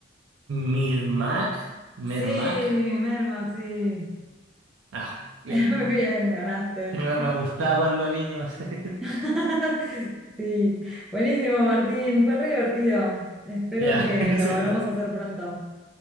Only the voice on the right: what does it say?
Mirmac, Mermac.
Ah,
bien.
No me gustaba cuando niño. <laughs>
Ya,
<laughs>